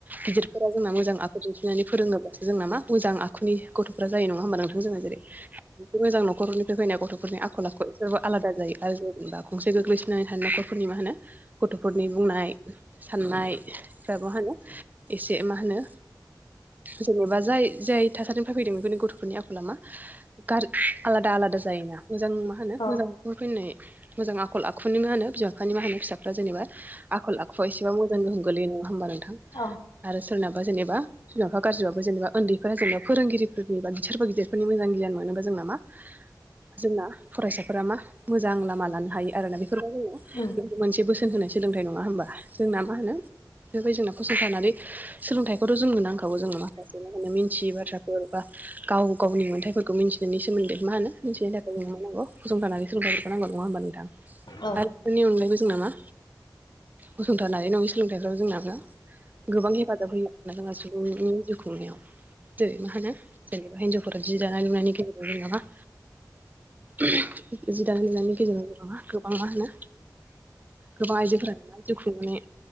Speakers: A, on the right (about 25°); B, on the left (about 75°).
A: गिदिरफोरा जोंना मोजां आखु दिन्थिनानै फोरोंङोब्लासो जोंना मा मोजां आखुनि गथ'फोरा जायो नंङा होमबा नोंथां जोंङो जेरै मोजां न'खरनिफ्राय फैनाय गथ'फोरनि आखल आखु सोरबा आलादा जायो आरो जेनेबा गंसे गोग्लैसोनानै थानाय न'खरफोरनि मा होनो गथ'फोरनि बुंनाय साननायफ्रा बा मा होनो एसे मा होनो जेनेबा जाय जाय थासारिनिफ्राय फैदों बेफोरनि गथ'फोरनि आखला मा गारि आलादा आलादा जायोना मोजां मा होनो
B: औ
A: मोजां बे फैनाय मोजां आखल आखुनि मा होनो बिमा बिफानि मा होनो फिसाफ्रा जेनेबा आखल आखुआ एसेबाबो मोजां गोहोम गोलैयो नंङा होमबा नोंथां
B: औं
A: आरो सोरनाबा जेनेबा बिमाफा गाज्रिाबबो जेनेबा उन्दैफोरा जेनबा फोरोंगिरिफोरनि बा बिसोरबो गिदिरफोरनि मजां गियान मोनोबो जों नामा जोंना फरायसाफोरा मा मोजां लामा लानो हायो आरोना बेफोरबायदिनो जोंनो
B: उम
A: मोनसे बोसोन होनाय सोलोंथाइ नङा होमबा जोंना मा होनो बेफोराबायदि जोंना फसंथानानै सोलोंथाइखौथ' जोंनो नांखागौ जोंनो माखासे मा होनो मिथियि बाथ्राफोर बा गाव गावनि मोन्थायफोरखौ मिन्थिनायनि सोमोन्दै मा होनो मिथिनो थाखाय जों मा नांगौ फसंथान सोलोंथफोरखौ नांगौ नंङा होमबा नोंथां
B: औ
A: आरो बेफोरनि अनगायैबो जोंना मा फसंथानारि नंङै सोलोंथाइफ्राव जोंनाबो गोबां हेफाजाब होयो मोन जोङा सुबुंनि जिउ खुंनायाव जेरै मा होनो जेनेबा हिन्जावफोरा जि दानाय लुनायनि गेजेराव जोंना मा जि दानाय लुनायनि गेजेरजोंबो जोंहा मा गोबां मा होनो गोबां आइजोफोरा जिउ खुंनाय